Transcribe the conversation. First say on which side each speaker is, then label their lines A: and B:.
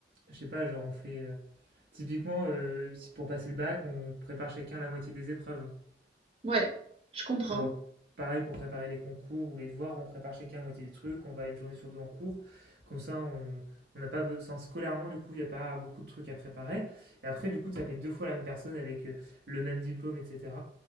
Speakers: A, on the right; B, on the right.
A: je sais pas, genre on fait. euh, typiquement, euh, si pour passer le bac, on prépare chacun la moitié des épreuves.
B: ouais, je comprends.
A: pour pareil pour préparer les concours ou les devoirs, on prépare chacun à moitié des trucs, on va une journée sur deux en cours, comme ça on on n'a pas besoin scolairement du coup il n'y a pas beaucoup de trucs à préparer et après du coup ça fait deux fois la même personne avec euh, le même diplôme etc